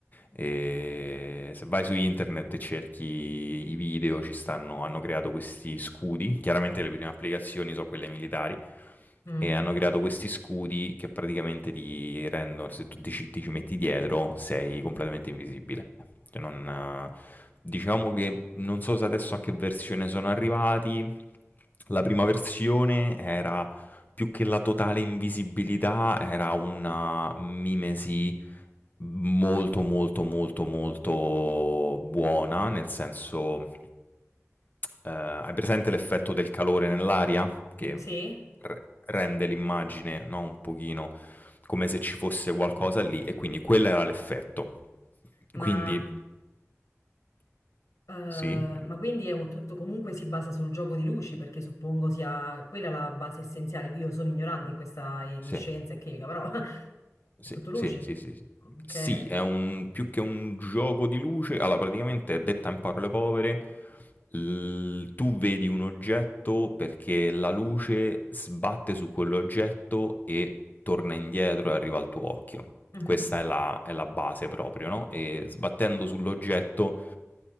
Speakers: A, on the left; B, on the left.
A: ehm, se vai su internet e cerchi i video ci stanno hanno creato questi scudi, chiaramente le prime applicazioni so' quelle militari
B: Mm,
A: e hanno creato questi scudi che praticamente ti rendono, se tu ti, ci ti ci metti dietro, sei completamente invisibile. Cioè non, eh, diciamo che non so se adesso a che versione sono arrivati. La prima versione era più che la totale invisibilità, era una mimesi molto molto molto molto buona, nel senso eh, hai presente l'effetto del calore nell'aria? che
B: mm, sì,
A: re- rende
B: sì.
A: l'immagine, no, un pochino come se ci fosse qualcosa lì e quindi quello era l'effetto.
B: Ma
A: Quindi
B: Eh,
A: sì, dimmi.
B: ma quindi è un tutto comunque si basa sul gioco di luci, perché suppongo sia quella la base essenziale. Io sono ignorante in questa in
A: Sì.
B: scienza e chimica, però <laughs> è
A: Sì,
B: tutto luci.
A: sì, sì, sì, sì.
B: Ok.
A: Sì, è un più che un gioco di luce, allora praticamente detta in parole povere, l tu vedi un oggetto perché la luce sbatte su quell'oggetto e torna indietro e arriva
B: Mm.
A: al tuo occhio.
B: Mhm.
A: Questa è la è la base proprio, no, e sbattendo sull'oggetto